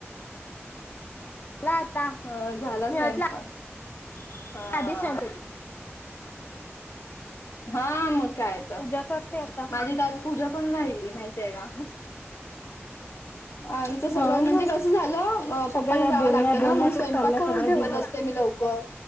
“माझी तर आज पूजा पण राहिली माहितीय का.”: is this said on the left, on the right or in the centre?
Left